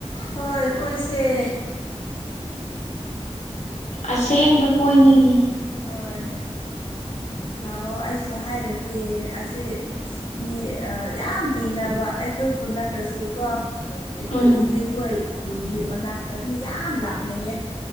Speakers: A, on the left; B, on the left.
A: ꯍꯣꯏ ꯀꯣꯏꯁ
B: ꯑꯁꯦꯡꯕ ꯀꯣꯏꯅꯤꯡꯉꯤ
A: ꯎꯝ ꯍꯣꯏ ꯂꯥꯛꯑꯣ ꯑꯩꯁꯨ ꯍꯥꯏꯔꯛꯀꯦ ꯑꯁꯤ ꯃꯤ ꯌꯥꯝ ꯍꯤꯡꯅꯕ ꯑꯩꯈꯣꯏ ꯈꯨ ꯅꯠꯇ꯭ꯔꯁꯨꯒ ꯑꯩꯈꯣꯏ
B: ꯎꯝ
A: ꯏꯆꯦꯈꯣꯏ ꯈꯨꯜꯒꯤ ꯃꯅꯥꯛꯇ ꯃꯤ ꯌꯥꯝ ꯂꯥꯛꯅꯩꯌꯦ